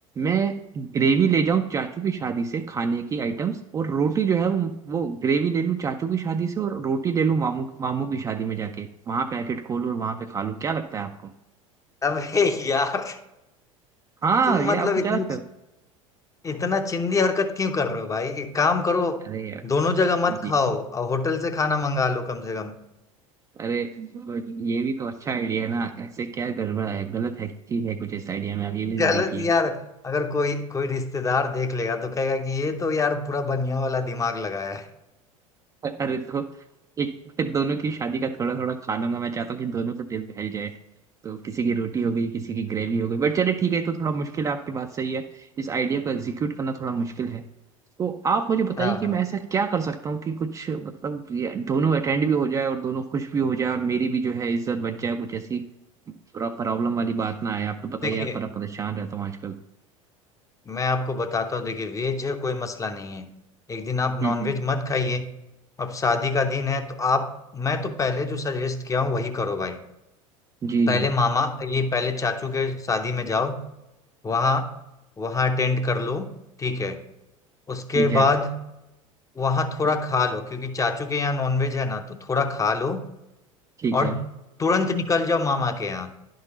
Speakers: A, on the right; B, on the left.
A: मैं ग्रेवी ले जाऊं चाचू की शादी से खाने की आइटम्स और रोटी जो है वो वो ग्रेवी ले लूं चाचू की शादी से और रोटी ले लूं मामू मामू की शादी में जाके वहां पैकेट खोलूं और वहां पे खा लूं क्या लगता है आपको
B: अबे यार
A: हाँ
B: तुम
A: ये
B: मतलब
A: आपको
B: इतनी
A: क्या लगता है
B: इतना चिंदी हरकत क्यों कर रहे हो भाई एक काम करो
A: अरे
B: दोनों जगह मत
A: जी
B: खाओ और होटल से खाना मंगा लो कम से कम
A: अरे बट ये भी तो अच्छा आइडिया है ना ऐसे क्या गड़बड़ है गलत है ठीक है कुछ इस आइडिया में आप ये भी तो
B: गलत
A: देखिए
B: यार अगर कोई कोई रिश्तेदार देख लेगा तो कहेगा कि ये तो यार पूरा बनिया वाला दिमाग लगाया है
A: अ- अरे तो एक फिर दोनों की शादी का थोड़ा थोड़ा खा लूंगा मैं चाहता हूँ कि दोनों का दिल बहल जाए तो किसी की रोटी हो गई किसी की ग्रेवी हो गई बट चलिए ठीक है ये तो थोड़ा मुश्किल है आपकी बात सही है इस आइडिया को एग्जीक्यूट करना थोड़ा मुश्किल है तो आप मुझे बताइए
B: हाँ
A: कि
B: हाँ
A: मैं ऐसा क्या कर सकता हूँ कि कुछ मतलब ये दोनों अटेंड भी हो जाए और दोनों खुश भी हो जाए और मेरी भी जो है इज्जत बच जाए कुछ ऐसी प्रॉब्लम वाली बात ना आए आप तो पता
B: देखिए
A: ही है यार बड़ा परेशान रहता हूँ आजकल
B: मैं आपको बताता हूँ देखिए वेज है कोई मसला नहीं है एक दिन आप नॉनवेज
A: हम्म हम्म
B: मत खाइए अब शादी का दिन है तो आप मैं तो पहले जो सजेस्ट किया हूँ वही करो भाई
A: जी
B: पहले
A: जी
B: मामा ये पहले चाचू के शादी में जाओ वहाँ वहाँ अटेंड कर लो ठीक है उसके
A: ठीक है
B: बाद वहाँ थोड़ा खा लो क्योंकि चाचू के यहाँ नॉनवेज है ना तो थोड़ा खा लो
A: ठीक
B: और
A: है
B: तुरंत निकल जाओ मामा के यहाँ